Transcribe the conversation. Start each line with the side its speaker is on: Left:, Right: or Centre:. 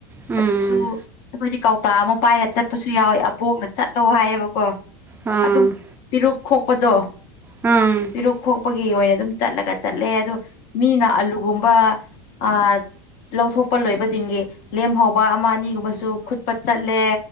Right: ꯎꯝ
Left: ꯑꯗꯨꯁꯨ ꯑꯩꯈꯣꯏꯗꯤ ꯀꯧꯇꯥ ꯑꯃ ꯄꯥꯏꯔ ꯆꯠꯄꯁꯨ ꯌꯥꯎꯋꯦ ꯑꯕꯣꯛꯅ ꯆꯠꯂꯣ ꯍꯥꯏꯌꯦꯕꯀꯣ
Right: ꯑꯥ
Left: ꯑꯗꯨꯝ ꯄꯤꯔꯨꯛ ꯈꯣꯛꯄꯗꯣ
Right: ꯎꯝ
Left: ꯄꯤꯔꯨꯛ ꯄꯄꯒꯤ ꯑꯣꯏꯅ ꯑꯗꯨꯝ ꯆꯠꯂꯒ ꯆꯠꯂꯦ ꯑꯗꯣ ꯃꯤꯅ ꯑꯂꯨꯒꯨꯝꯕ ꯑ ꯂꯧꯊꯣꯛꯄ ꯂꯣꯏꯕꯗꯤꯡꯒꯤ ꯂꯦꯝꯍꯧꯕ ꯑꯃ ꯑꯅꯤꯒꯨꯝꯕꯁꯨ ꯈꯨꯠꯄꯠ ꯆꯠꯂꯦ